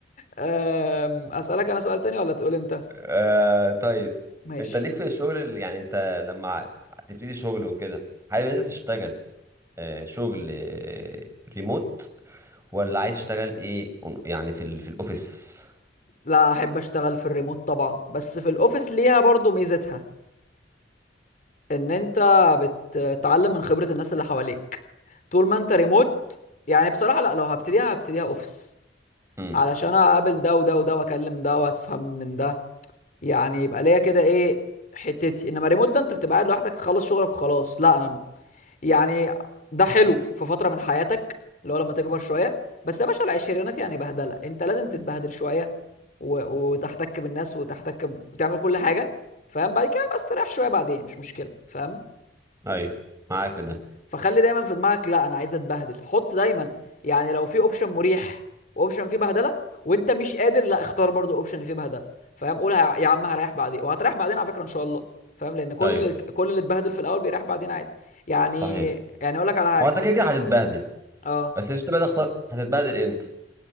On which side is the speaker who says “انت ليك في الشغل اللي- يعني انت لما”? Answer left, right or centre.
Right